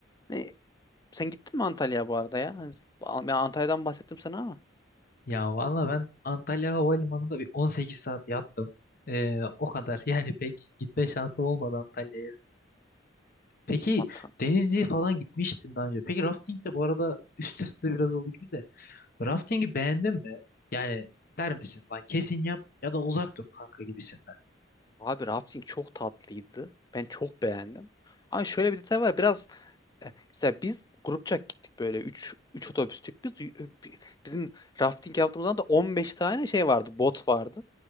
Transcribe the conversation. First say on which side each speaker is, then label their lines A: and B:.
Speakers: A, on the left; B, on the left.
A: Hani sen gittin mi Antalya'ya bu arada ya? Hani Ben Antalya'dan bahsettim sana ama.
B: Ya valla ben Antalya Havalimanı'nda bir 18 saat yattım. Ee, o kadar <laughs> yani pek gitme şansım olmadı Antalya'ya. Peki
A: Ant-
B: Denizli'ye falan gitmiştin daha önce. Peki rafting de bu arada üst üste biraz oldu gibi de. Rafting'i beğendin mi? Yani der misin lan kesin yap ya da uzak dur kanka gibisinden.
A: Abi rafting çok tatlıydı. Ben çok beğendim. Ama şöyle bir detay var. Biraz E, Mesela biz grupça gittik böyle üç üç otobüstük biz Y- bi- bizim rafting yaptığımızda da 15 tane şey vardı bot vardı.